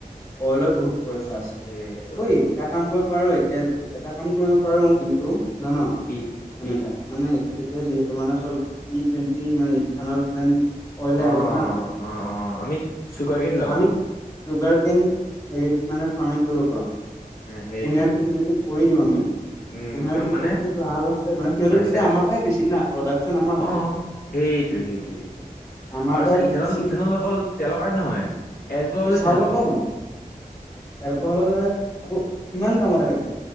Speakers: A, on the left; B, on the left.
A: অইলত বহুত পইচা আছে
B: সেইটো
A: ঐ
B: অইলত
A: এটা
B: বহুত পইচা
A: কাম
B: আছে
A: কৰিব পাৰ এতিয়া এটা কাম কৰিব পাৰো কিন্তু জান
B: কি
A: কেনেকা
B: কি
A: মানে এতিয়া যিহেতু মানে চব ই টুৱেণ্টি মানে ইথানৰ টেন অইলে
B: অ
A: আহিব না চব
B: অ অ আমি চুগাৰ কেন লগাও
A: আমি দুগৰাকীন হেৰিত মানে ফাৰ্মিং কৰিব পাৰো কুঁহিয়াৰ
B: সেইটোৱে।
A: খেতি যদি কৰি দিও আমি
B: উম
A: কুঁহিয়াৰ
B: একদম
A: খেতি
B: মানে
A: কৰিবলে যে লাভ আছে মানে সিহঁতক
B: পইচাই
A: তেতিয়া আমাৰ
B: পইচা
A: পৰাই বেছিম না প্ৰডাকশ্যন আমাৰ হ'ব
B: অ সেইটোৱে সেইটোৱে সেইটোৱে
A: আমাৰ
B: আৰু
A: পৰাই
B: চা ইথানল
A: বেচিম
B: ইথানল অকল তেলৰ কাৰণে নহয় এলকহল
A: কি চাউল
B: ইথানল
A: পাও
B: থাকে
A: বনাই এলকহলত আকৌ কিমান কামত আহিব